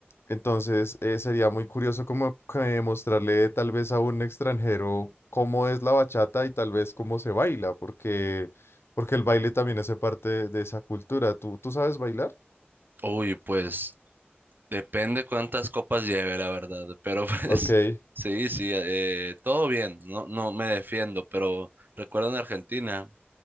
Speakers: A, on the left (about 75°); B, on the right (about 50°).
A: entonces eh, sería muy curioso como que mostrarle tal vez a un extranjero cómo es la bachata y tal vez cómo se baila, porque, porque el baile también hace parte de esa cultura. ¿Tú, tú sabes bailar?
B: Uy, pues depende cuántas copas lleve, la verdad. Pero <laughs> pues
A: Ok.
B: sí, sí, eh, todo bien. No, no me defiendo, pero recuerdo en Argentina.